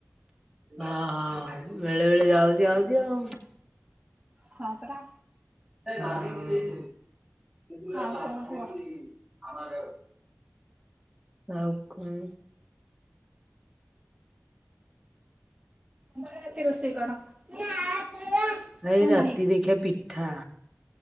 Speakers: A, in the centre; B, on the right (about 25°).
A: ହଁ-ହଁ ବେଳେବେଳେ ଯାଉଚି ଆଉଚି ଆଉ।
B: ହଁ ପରା।
A: <inaudible>
B: ଆଉ କଣ କୁହ
A: ଆଉ କଣ?
B: <unintelligible> ରାତିରେ ରୋଷେଇ କଣ? ହଁ
A: ଏଇ ରାତିକି
B: ନାହିଁ।
A: ଦେଖିିଆ ପିଠା।